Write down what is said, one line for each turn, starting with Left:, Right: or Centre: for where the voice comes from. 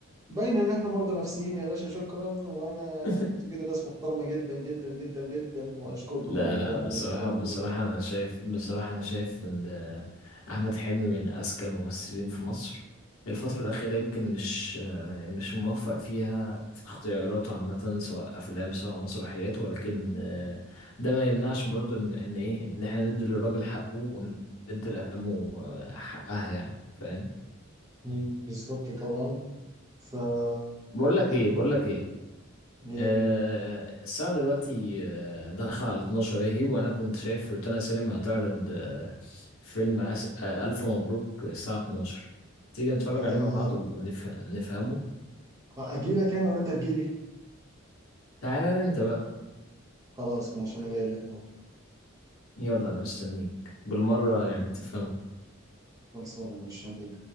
Right: باينة ان احنا مرضى نفسيين يا باشا شكرا وانا
Left: <laughs>
Right: انتوا كده ناس محترمة جدا جدا جدا جدا واشكركم
Left: لا
Right: والله
Left: لا
Right: على
Left: بصراحة
Right: اللي انتوا بتعملوه
Left: بصراحة
Right: ده
Left: أنا شايف بصراحة أنا شايف إن ده أحمد حلمي من أذكى الممثلين في مصر الفترة الأخيرة يمكن مش آه، مش موفق فيها في اختياراته عامة سواء أفلام سواء مسرحيات ولكن آه، ده ما يمنعش برضه إن إن إيه إن إحنا ندي للراجل حقه وندي لأفلامه آه، حقها يعني فاهم
Right: مم، بالظبط طبعا ف
Left: بقول لك
Right: انا
Left: إيه بقول لك إيه
Right: ايه
Left: آه، الساعة دلوقتي آه، داخلة على 12 اهي وانا كنت شايف روتانا سينما هتعرض آه، فيلم أس- آه، ألف مبروك الساعة 12 تيجي نتفرج
Right: أه...
Left: عليه مع بعض ونفهمه
Right: اجي لك انا ولا انت تجي لي
Left: تعالى انت بقى
Right: خلاص ماشي انا جاي لك اهو
Left: يلا انا مستنيك بالمرة يعني تفهمه
Right: خلصانه مش هجي